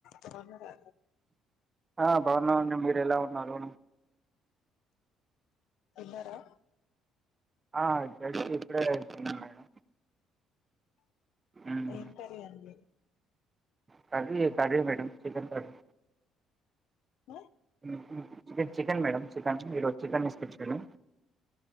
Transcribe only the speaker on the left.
బాగున్నారా
తిన్నారా
ఎం కర్రీ అండి
ఏ